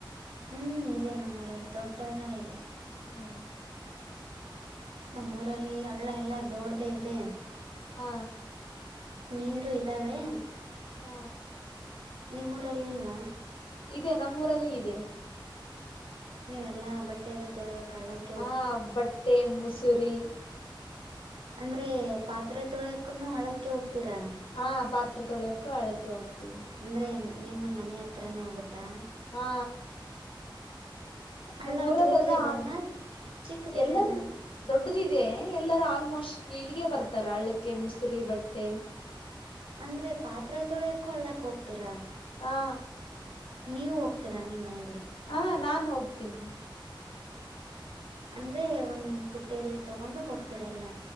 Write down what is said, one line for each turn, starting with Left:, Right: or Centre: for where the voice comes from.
Right: ಹ್ಞೂ ಇದೆ ನಮ್ಮೂರಲ್ಲಿ ದೊಡ್ಡಳ್ಳ ಇದೆ.
Left: ಹಾ
Right: ನಮ್ಮೂಊರಲ್ಲಿ ಹಳ್ಳ ಎಲ್ಲ ದೋಡ್ದೇ ಇದೆ.
Left: ಹಾ
Right: ನೀರು ಇದಾವೆ
Left: ಹ್ಮ
Right: ನಿಮ್ಮೂರಲ್ಲಿ ಇಲ್ವಾ.
Left: ಇದೆ ನಮ್ಮೂರಲ್ಲಿ ಇದೆ.
Right: ನೀವು ಎಲ್ಲ ಬಟ್ಟೆದು ತೊಳೆಕ ಹಳಕ್ಕ್
Left: ಹಾ ಬಟ್ಟೆ ಮುಸುರಿ.
Right: ಅಂದ್ರೆ ಪಾತ್ರೆ ತೊಳೋಯಾಕೋನು ಹಳ್ಳಕ್ಕೆ ಹೋಗ್ತೀರಾ?
Left: ಹ ಪಾತ್ರೆ ತೊಳಿಯಕ್ಕೂ ಹಳ್ಳಕ್ಕೆೆ ಹೋಗ್ತಿವಿ.
Right: ಅಂದ್ರೆ ನಿಮ್ಮ ಮನೆ ಹತ್ರಿನೇ ಆಗುತ್ತಾ?
Left: ಹಾ
Right: ಹಳ್ಳ
Left: ನಮ್ಮೂರೆಲ್ಲಾ
Right: ದೊಡ್ಡದಿದೆನಾ
Left: ಆಲ್
Right: ಚಿಕ್ಕದಿದೆನಾ
Left: ಎಲ್ಲರೂ ದೊಡ್ಡದ್ ಇದೆ ಎಲ್ಲರ ಆಲ್ಮೋಸ್ಟ್ ಇಲ್ಲಿಗೆ ಬರ್ತಾರೆ ಹಳ್ಳಕ್ಕೆ ಮುಸರಿ, ಬಟ್ಟೆ.
Right: ಅಂದ್ರೆ ಪಾತ್ರೆ ತೊಳೆಯಕೊ ಹಳ್ಳಕ್ ಹೋಗ್ತೀರಾ?
Left: ಹಾ
Right: ನೀವು ಹೋಗ್ತೀರಾ ನಿಮ್ಮ ಮನೆಲ್ಲು.
Left: ಆ ನಾನ್ ಹೋಗ್ತೀನಿ.
Right: ಅಂದರೆ ಒಂದು ಪುಟ್ಟೆಯಲ್ಲಿ ತೊಗೊಂಡು ಹೋಗ್ತಿರ ಎಲ್ಲ.